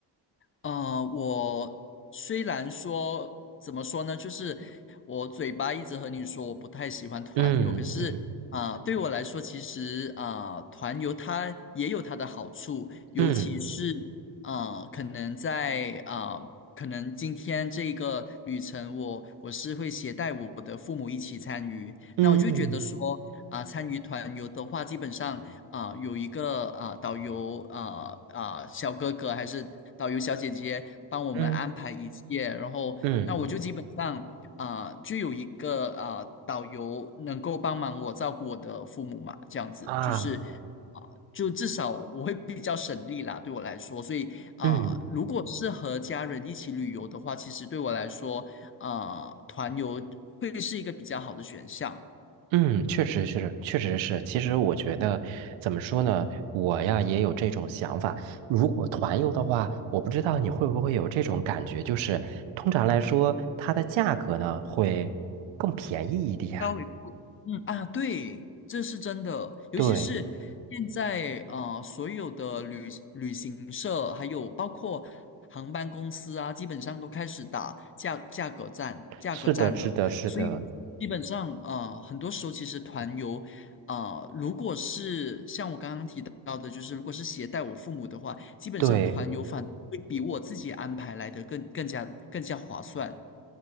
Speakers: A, on the left; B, on the right.
A: 呃，我虽然说怎么说呢，就是我嘴巴一直和你说我不太喜欢团游，
B: 嗯嗯
A: 可是啊、对我来说，其实啊、团游它也有它的好处，尤其是啊、
B: 嗯
A: 可能在啊、可能今天这个旅程我，我是会携带我的父母一起参与，
B: 嗯
A: 那我就觉得说啊、参与团游的话，基本上啊、有一个啊、导游啊啊、小哥哥还是导游小姐姐帮我们安排一切，
B: 嗯
A: 然后那我就基本上啊、
B: 嗯
A: 就有一个啊、导游能够帮忙我照顾我的父母嘛，这样子就是啊、
B: 啊，
A: 就至少我会比较省力啦，对我来说，所以啊、
B: 嗯。
A: 如果是和家人一起旅游的话，其实对我来说啊、团游会是一个比较好的选项。
B: 嗯，确实是，确实是。其实我觉得，怎么说呢，我呀也有这种想法。如果团游的话，我不知道你会不会有这种感觉，就是通常来说，它的价格呢会更便宜一点。
A: 稍微贵，嗯啊，对，这是真的，尤其是现在啊、
B: 对，
A: 呃所有的旅旅行社还有包括航班公司啊，基本上都开始打价价格战、价格战了。
B: 是的，是的，是的，
A: 所以基本上啊、呃很多时候其实团游啊、呃如果是像我刚刚提到的，就是如果是携带我父母的话，基本上团游反而会比我自己安排来的更更加更加划算。
B: 对。